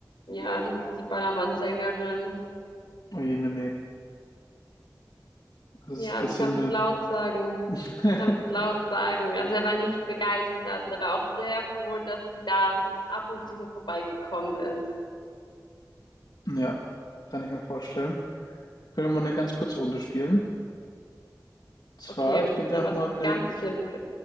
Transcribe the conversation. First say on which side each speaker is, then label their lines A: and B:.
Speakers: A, on the left (about 90°); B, on the left (about 65°).
A: Ja, das ist die Ballermann-Sängerin.
B: Oh je, nee. nee. Das
A: Ja,
B: ist Gesindel.
A: du kannst es laut sagen.
B: <laughs>
A: Du kannst es laut sagen. Also er war nicht begeistert und er war auch sehr froh, dass sie da ab und zu nur vorbeigekommen ist.
B: Ja, kann ich mir vorstellen. Können wir mal eine ganz kurze Runde spielen? Zwar,
A: Okay,
B: ich gebe dir
A: dann
B: noch
A: was
B: mal eine,
A: ganz
B: ich,
A: Simples.